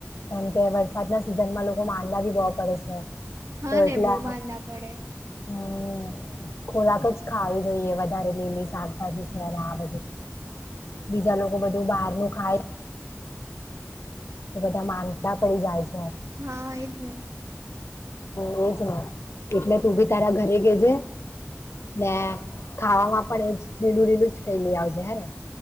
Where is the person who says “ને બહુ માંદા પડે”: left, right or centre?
Right